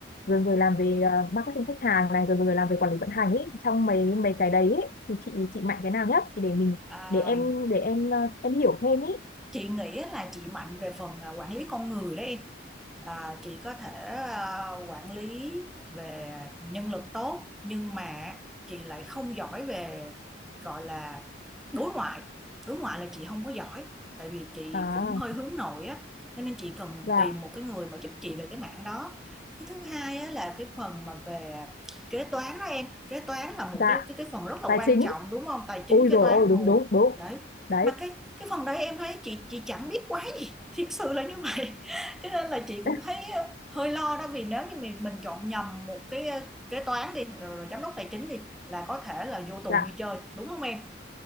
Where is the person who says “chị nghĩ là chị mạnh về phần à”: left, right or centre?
Centre